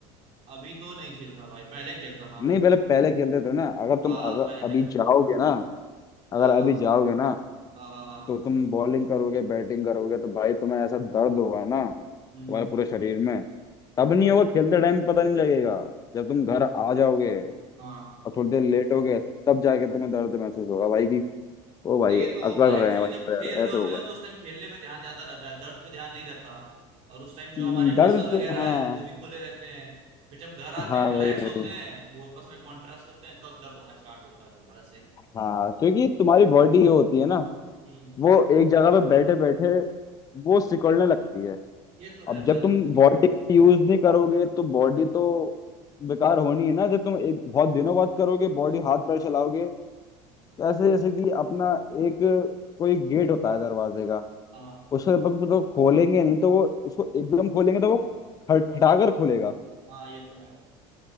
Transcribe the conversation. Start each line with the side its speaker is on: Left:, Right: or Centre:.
Right: अभी तो नहीं खेलता भाई पहले खेलता था
Left: नहीं
Right: मैं
Left: पहले पहले खेलते थे ना अगर तुम
Right: हाँ हाँ,
Left: अगर
Right: पहले खेलता
Left: अभी जाओगे
Right: था
Left: ना अगर
Right: हाँ
Left: अभी
Right: हाँ हाँ
Left: जाओगे ना
Right: हाँ हाँ हाँ
Left: तो तुम बॉलिंग करोगे बैटिंग करोगे तो भाई तुम्हें ऐसा दर्द होगा ना तुम्हारे
Right: हम्म हम्म, हम्म,
Left: पूरे
Right: हम्म।
Left: शरीर में तब नहीं होगा खेलते टाइम पता नहीं लगेगा जब तुम घर आ जाओगे
Right: हाँ
Left: और थोड़ी देर लेट हो गए तब जाके तुम्हें दर्द महसूस होगा भाई कि ओ भाई
Right: तो ये
Left: अकड़
Right: तो होता है
Left: रहे
Right: एक्चुअली
Left: हैं भाई
Right: जब
Left: पैर
Right: खेल रहे
Left: ऐसे
Right: होते
Left: होगा
Right: हैं ना तो उस टाइम खेलने पे ध्यान ज्यादा रहता है दर्द पे ध्यान नहीं रहता और उस टाइम जो
Left: हम्म,
Right: हमारे
Left: दर्द
Right: मसल
Left: तो-
Right: वगैरह
Left: हाँ
Right: है वो भी खुले रहते हैं फिर जब घर आते
Left: हाँ
Right: हैं रिलैक्स
Left: वही वही
Right: होते हैं वो आपस में कॉन्ट्रास्ट होते हैं तब दर्द होना स्टार्ट होता है दोबारा से
Left: हाँ क्योंकि तुम्हारी बॉडी जो होती है ना
Right: हम्म
Left: वो एक जगह पे बैठे बैठे वो सिकुड़ने लगती है
Right: ये तो
Left: अब
Right: है
Left: जब
Right: भाई ये
Left: तुम
Right: तो है
Left: बॉडी का यूज नहीं करोगे तो बॉडी तो बेकार होनी है ना जब तुम एक बहुत दिनों बाद करोगे बॉडी हाथ पैर चलाओगे तो ऐसे जैसे कि अपना एक कोई गेट होता है दरवाजे का
Right: हाँ
Left: उसको जब तक तो खोलेंगे नहीं तो वो उसको एकदम खोलेंगे तो वो खटखटाकर खुलेगा
Right: हाँ ये तो है